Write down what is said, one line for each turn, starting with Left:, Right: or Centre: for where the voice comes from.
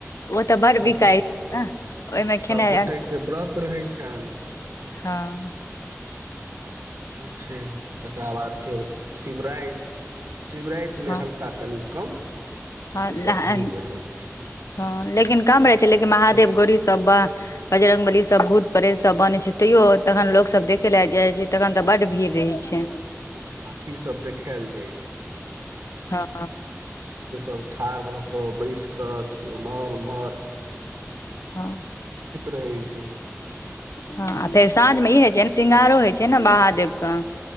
Left: ओ तऽ बड़
Right: सबगोट
Left: बिकाय छै न ओहिमे
Right: सभगोटे
Left: खैनय
Right: के व्रत रहै छनि
Left: हाँ।
Right: तऽ होइ छै तकरा बाद फेर शिवराइत। शिवरातिमे
Left: हँ
Right: हल्का तनी। कम।
Left: हँ
Right: ओहिसँ भीड़ रहै छै।
Left: हँ लेकिन कम रहै छै लेकिन महादेव गौरी सब ब बजरंग बली सब भूत प्रेत सब बन छै तैयो तखन लोको सब देखे ल जाइ छै तखन तऽ बड्ड भीड़ रहै छै।
Right: झाँकीसभ देखायल जाइ छै।
Left: हँ।
Right: तब ठाढ़ भऽ कऽ बैस। क क उम्हहार उम्हहार।
Left: ह
Right: रहै छै
Left: ह फेर साँझमे ई होइ छै ने श्रृंगारो होइ छै ने महादेव। क।